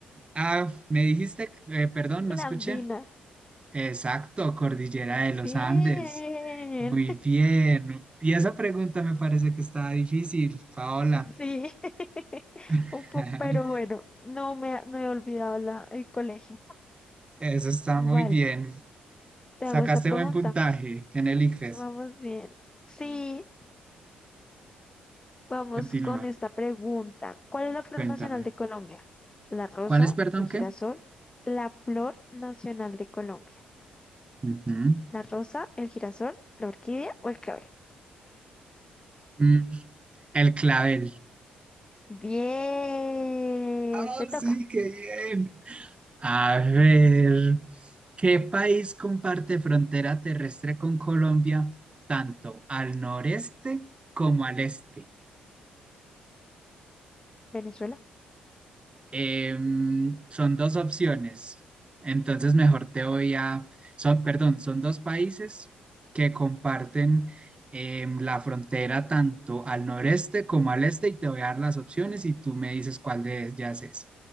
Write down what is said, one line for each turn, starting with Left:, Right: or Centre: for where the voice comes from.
Right: Ah, me dijiste, eh, perdón, no
Left: La
Right: escuché.
Left: andina.
Right: Exacto, cordillera de
Left: Bien.
Right: los Andes. Muy bien. Y esa
Left: <laughs>
Right: pregunta me parece que está difícil, Paola.
Left: Sí, <laughs>
Right: <laughs>
Left: un poco, pero bueno, no me no he olvidado la, el colegio.
Right: Eso está
Left: Vale,
Right: muy bien.
Left: te
Right: Sacaste
Left: hago esta pregunta.
Right: buen puntaje en el ICFES.
Left: Vamos bien. Sí, Vamos
Right: Continúa.
Left: con esta pregunta. ¿Cuál es la flor
Right: Cuéntame.
Left: nacional de Colombia? La rosa,
Right: ¿Cuál es, perdón,
Left: el
Right: qué?
Left: girasol, la flor nacional de Colombia.
Right: Ujú.
Left: La rosa, el girasol, la orquídea o el clavel.
Right: Mm, el clavel.
Left: Bien,
Right: Ah,
Left: te toca,
Right: sí, qué bien. A ver, ¿qué país comparte frontera terrestre con Colombia tanto al noreste como al este?
Left: Venezuela.
Right: Em, son dos opciones. Entonces, mejor te voy a... Son, perdón, son dos países que comparten em, la frontera tanto al noreste como al este y te voy a dar las opciones y tú me dices cuál de ellas es.